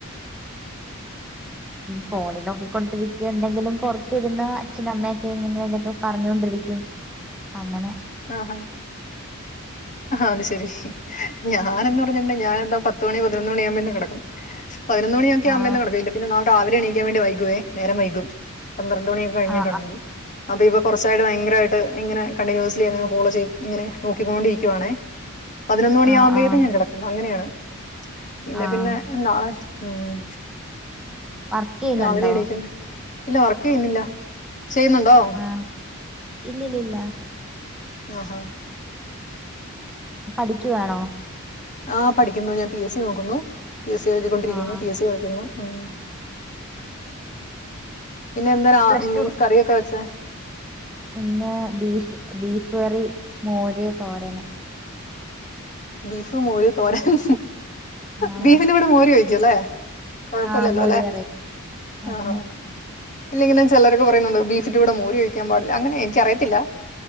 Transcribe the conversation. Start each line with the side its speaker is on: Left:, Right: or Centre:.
Centre: ഫോണിൽ നോക്കിക്കൊണ്ടിരിക്കും എന്തെങ്കിലും പുറത്തിരുന്ന് അച്ഛനും അമ്മയൊക്കെ ഇങ്ങനെ എന്തൊക്കെ പറഞ്ഞോണ്ടിരിക്കും അങ്ങനെ
Left: ആഹാ അത് ശരി ഞാനന്ന് പറഞ്ഞിട്ടുണ്ടെ ഞാൻ എന്താ പത്തുമണി പതിനൊന്ന് മണി ആവുമ്പോ തന്നെ കിടക്കും പതിനൊന്ന് മണിയക്കെ ആവുമ്പോ
Centre: ആഹ്
Left: കെടക്കില്ല, പിന്നെ നാളെ രാവിലെ എണീക്കാൻ വേണ്ടി വൈകുവേ നേരം വൈകും, പന്ത്രണ്ട് മണി കഴിഞ്ഞിട്ടുണ്ടെങ്കിൽ
Centre: ആഹ്
Left: അപ്പോ ഇപ്പോ കുറച്ചായിട്ട് ഭയങ്കരമായിട്ട് ഇങ്ങനെ കണ്ടിന്യൂസ്ലി അങ്ങനെ ഫോളോ ചെയ്ത് ഇങ്ങനെ നോക്കിക്കോണ്ടിരിക്കുവാണേ. പതിനൊന്ന് മണിയാകുമ്പോഴക്കും
Centre: ആഹ് ആഹ്
Left: ഞാൻ കിടക്കും അങ്ങനെയാണ്, ഇല്ലെ
Centre: ആഹ്
Left: പിന്നെ നാളെ ഉം.
Centre: വർക്ക് ചെയ്യുന്നുണ്ടോ
Left: രാവിലെ എണീക്കണ്ട്, ഇല്ല വർക്ക് ചെയ്യുന്നില്ല, ചെയ്യുന്നുണ്ടോ?
Centre: ആ ഇല്ലല്ലില്ല.
Left: അഹം.
Centre: പഠിക്കുവാണോ.
Left: ആഹ് പഠിക്കുന്നു ഞാൻ പി എസ് സി നോക്കുന്നു, പി എസ് സി എഴുതിക്കൊണ്ടിരിക്കുന്നു,
Centre: ആഹ്
Left: പി എസ് സി എഴുതുന്നു. ഉം പിന്നെ എന്താണ്
Centre: പ്ലസ്
Left: മീൻസ്
Centre: ടു
Left: കറിയൊക്കെ വെച്ച.
Centre: ഇന്ന് ബീഫ് ബീഫ് കറി മോര് തോരന്.
Left: ബീഫ്, മോര്, തോരൻ
Centre: ആഹ്
Left: ബീഫിന്റെ കൂടെ മോര് കഴിക്കും അല്ലേ. കൊഴപ്പല്ലല്ലേ
Centre: ആഹ് മോര്
Left: അല്ലേ
Centre: കറി ഉം
Left: ആഹ്.
Centre: ഉം
Left: ഇല്ല ങ്ങനെ ചിലരക്കെ പറയുന്നുണ്ട് ബീഫിന്റെ കൂടെ മോര് കഴിക്കാൻ പാടില്ല അങ്ങനെ എനിക്കറിയത്തില്ല.